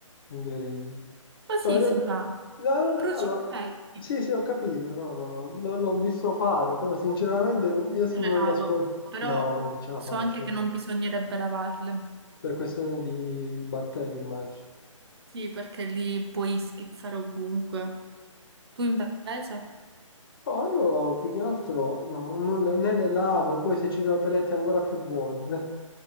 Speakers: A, on the left (about 45°); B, on the right (about 50°).
A: incredibile.
B: Così
A: No, io-
B: si fa.
A: no, no,
B: Bruci
A: no, allora,
B: i pezzi.
A: sì, sì, ho capito, no, no, no, non l'ho visto fare, però sinceramente non- io sono
B: Io le lavo,
A: nella scuola...
B: però
A: No, non ce la
B: so
A: faccio,
B: anche che non bisognerebbe lavarle.
A: per questione di batteri, immagino.
B: Sì, perché li puoi schizzare ovunque. Tu invece?
A: No, io più che altro no, non le, né le lavo, poi se ci sono peletti ancora più buoni. <laughs>